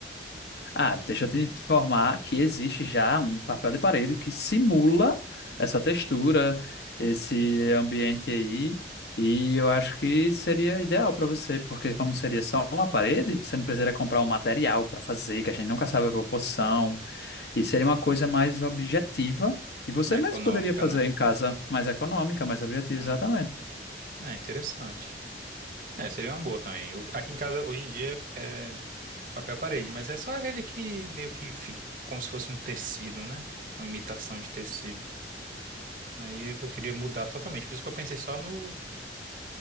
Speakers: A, on the left; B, on the right.
A: Ah, deixa eu te informar que existe já um papel de parede que simula essa textura, esse ambiente aí, e eu acho que seria ideal para você, porque como seria só uma parede, você não precisaria comprar um material para fazer, que a gente nunca sabe a proporção. E seria uma coisa mais objetiva. E você
B: É
A: mesmo
B: econômica,
A: poderia fazer
B: né?
A: em casa mais econômica, mais objetiva,
B: Hum,
A: exatamente.
B: é interessante. É, seria uma boa também. Eu- aqui em casa, hoje em dia, é, Papel parede, mas é só aquele que meio que fi- como se fosse um tecido, né? Uma imitação de tecido. Aí eu queria mudar totalmente, por isso que eu pensei só no,